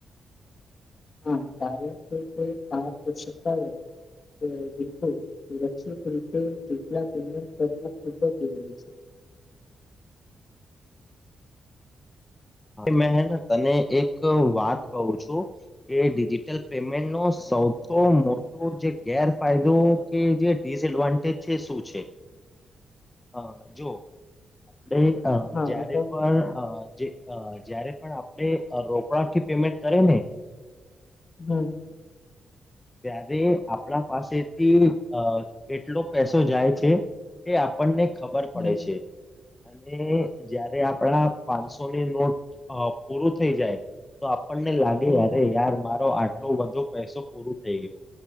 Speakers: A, on the left (about 45°); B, on the left (about 20°).
A: હા, કારણ કે તે ફાર દૂ શકતા હો. બિલકુલ સુરક્ષિત રીતે જેટલા પેમેન્ટ કરવું ખૂબ જ જરૂરી છે, <inaudible>
B: મે તને એક વાત કું છું કે ડિજિટલ પેમેન્ટ ન સૌ
A: હમ,
B: મોટો જે ગેરફાયદો કે જે ડિસએડવાન્ટેજ છે શું છે? અ જો આપણે
A: હા
B: જયારે
A: બતાવ
B: પણ
A: તો.
B: અ જે અ જયારે પણ આપણે રોકડા થી પેમેન્ટ કરે ને
A: હમ્મ.
B: ત્યારે આપણા પાસેથી અ કેટલો પૈસો જાય છે એ આપણને ખબર
A: હમ
B: પડે છે અને જયારે આપણા પાંચ સો ની નોટ પૂર થઈ જાય તો આપણને લાગે
A: હમ.
B: યાર મારો આ એટલો વધો પૈસો પૂરો થઈ ગયો.